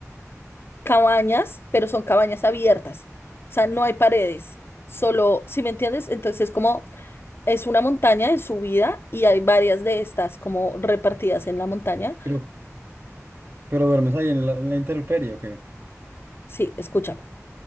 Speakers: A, on the left (about 45°); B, on the right (about 45°).
A: cabañas, pero son cabañas abiertas. O sea, no hay paredes, solo, si me entiendes? Entonces, como es una montaña en subida y hay varias de estas como repartidas en la montaña.
B: Pero, pero duermes ahí en la, en la intemperie, ok.
A: Sí, escúchame.